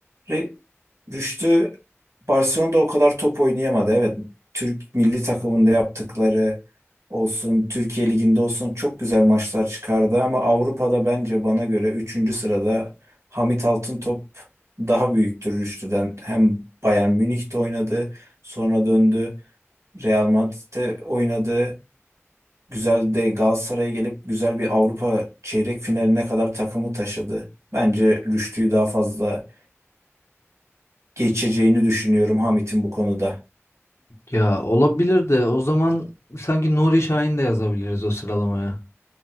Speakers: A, on the right; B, on the left.
A: Re- Rüştü Barcelona'da o kadar top oynayamadı. Evet Türk milli takımında yaptıkları olsun, Türkiye Ligi'nde olsun çok güzel maçlar çıkardı ama Avrupa'da bence bana göre üçüncü sırada Hamit Altıntop daha büyüktür Rüştü'den. Hem Bayern Münih'te oynadı, sonra döndü, Real Madrid'de oynadı. Güzel de Galatasaray'a gelip güzel bir Avrupa çeyrek finaline kadar takımı taşıdı. Bence Rüştü'yü daha fazla geçeceğini düşünüyorum Hamit'in bu konuda.
B: Ya olabilir de o zaman sanki Nuri Şahin de yazabiliriz o sıralamaya.